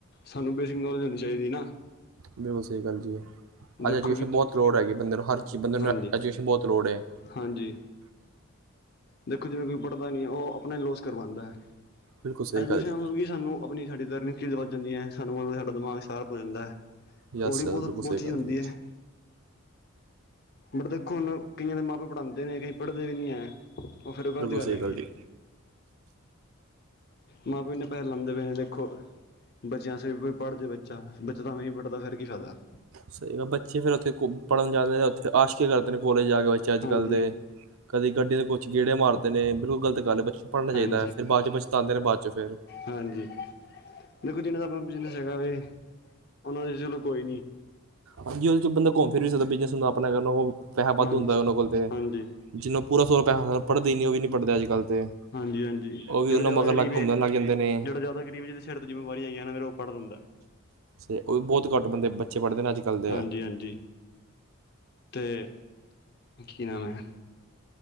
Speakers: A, on the left; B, on the right.
A: ਸਾਨੂੰ ਬੇਸਿਕ ਨੌਲੇਜ ਹੋਣੀ ਚਾਹੀਦੀ ਹੈ ਨਾ।
B: ਬਿਲਕੁਲ ਸਹੀ ਗੱਲ ਜੀ। ਅੱਜ
A: ਦੇਖੋ
B: ਐਜੂਕੇਸ਼ਨ
A: ਕਿ
B: ਬਹੁਤ ਲੋੜ ਹੈਗੀ ਬੰਦੇ ਨੂੰ, ਹਰ ਚੀਜ਼ ਬੰਦੇ ਨੂੰ
A: ਹਾਂਜੀ
B: ਐਜੂਕੇਸ਼ਨ ਬਹੁਤ ਲੋੜ ਹੈ।
A: ਹਾਂਜੀ ਦੇਖੋ ਜਿਵੇਂ ਕੋਈ ਪੜ੍ਹਦਾ ਨਹੀਂ ਹੈ, ਉਹ ਆਪਣਾ ਲੋਸ ਕਰਵਾਉਂਦਾ ਐ,
B: ਬਿਲਕੁਲ ਸਹੀ
A: ਐਜੂਕੇਸ਼ਨ
B: ਗੱਲ ਜੀ
A: ਮਤਲਬ ਕਿ ਸਾਨੂੰ ਆਪਣੀ ਸਾਡੀ ਲਰਨਿੰਗ ਚੀਜ਼ ਵੱਧ ਜਾਂਦੀ ਹੈ, ਸਾਨੂੰ ਸਾਡਾ ਦਿਮਾਗ ਸਾਰਪ ਹੋ ਜਾਂਦਾ ਹੈ
B: ਯਸ
A: ਥੋੜੀ ਬਹੁਤ
B: ਯਸ ਬਿਲਕੁਲ
A: ਪੁਛ
B: ਸਹੀ ਗੱਲ
A: ਹੁੰਦੀ
B: ਜੀ
A: ਹੈ। ਬਟ ਦੇਖੋ ਹੁਣ ਕਈਆਂ ਦੇ ਮਾਂ-ਪਿਓ ਪੜ੍ਹਾਂਦੇ ਨੇ, ਕਈ ਪੜ੍ਹਦੇ ਵੀ ਨਹੀਂ ਹੈ। ਉਹ ਫਿਰ ਗਲਤ
B: ਬਿਲਕੁਲ
A: ਗੱਲ
B: ਸਹੀ
A: ਹੈਗੀ
B: ਜੀ
A: ਹੈ। ਮਾਂ ਪਿਓ ਇਨੇ ਪੈਸੇ ਲਾਉਂਦੇ ਪਏ ਨੇ ਦੇਖੋ ਬੱਚਿਆਂ ਆਸੇ ਵੀ ਪੜ੍ਹ ਜਾਏ ਬੱਚਾ, ਬੱਚਾ ਤਾਂ ਵੀ ਨਹੀਂ ਪੜ੍ਹਦਾ ਫਿਰ ਕੀ ਫਾਇਦਾ
B: ਸਹੀ ਬੱਚੇ ਫੇਰ ਉੱਥੇ ਪੜ੍ਹਨ ਜਾਂਦੇ, ਉੱਥੇ ਆਸ਼ਕੀ ਕਰਦੇ ਨੇ ਕੋਲੇਜ ਜਾ ਕੇ, ਬੱਚੇ ਅੱਜ
A: ਹਾਂਜੀ
B: ਕੱਲ੍ਹ ਦੇ ਕਦੀ ਗੱਡਡੀ ਦੇ ਕੁਛ ਗੇੜੇ ਮਾਰਦੇ ਨੇ, ਬਿਲਕੁਲ ਗਲਤ ਗੱਲ ਹੈ, ਬੱਚੇ ਨੂੰ ਪੜ੍ਹਨਾ ਚਾਹੀਦਾ,
A: ਹਾਂਜੀ
B: ਫਿਰ ਬਾਦ ਚ ਬੱਚ ਦਉਦੇ ਨੇ ਬਾਅਦ ਚ ਫਿਰ
A: ਹਾਂਜੀ, ਦੇਖੋ ਜਿਹਨਾਂ ਦਾ ਆਪਾਂ ਬਿਜਨਸ ਹੈਗਾ ਵੈ, ਉਹਨਾਂ ਦੇ ਚਲੋ ਕੋਈ ਨੀ
B: ਹਾਂਜੀ, ਉਹਦੇ ਚ ਬੰਦਾ ਘੁੰਮ ਫਿਰ ਵੀ ਸਕਦਾ, ਬਿਜਨਸ ਆਪਣਾ ਕੋਲ ਪੈਸਾ ਵੱਧ
A: ਹਾਂਜੀ
B: ਹੁੰਦਾ ਉਹਨਾਂ ਕੋਲ ਤੇ
A: ਹਾਂਜੀ
B: ਜਿਵੇਂ ਪੂਰਾ ਸਕੋਪ ਹੈ, ਉਹ ਵੀ ਨਹੀਂ ਪੜ੍ਦੇ ਅੱਜ ਕੱਲ ਤੇ
A: ਹਾਂਜੀ ਹਾਂਜੀ
B: ਉਹ ਵੀ
A: ਜਿਹੜਾ
B: ਉਹਨਾਂ
A: ਜ਼ਿਆਦਾ
B: ਮਗਰ
A: ਗਰੀਬ
B: ਲੱਗ ਕੇ
A: ਜਿਹੜਾ
B: ਘੁੰਮਣ ਲੱਗ ਜਾਂਦੇ ਨੇ
A: ਜ਼ਿਆਦਾ ਗ਼ਰੀਬ ਏ, ਜੀ ਦੇ ਸਿਰ ਤੇ ਜਿੰਮੇਵਾਰੀਆਂ ਹੈਗੀਆਂ ਨਾ ਫੇ ਪੜ੍ਹ ਲੈਂਦਾ ਐ
B: ਤੇ ਉਹ ਵੀ ਬਹੁਤ ਘੱਟ ਬੰਦੇ, ਬੱਚੇ ਪੜਦੇ ਨੇ ਅੱਜ-ਕੱਲ੍ਹ ਦੇ
A: ਹਾਂਜੀ ਹਾਂਜੀ, ਤੇ ਕੀ ਨਾਮ ਹੈ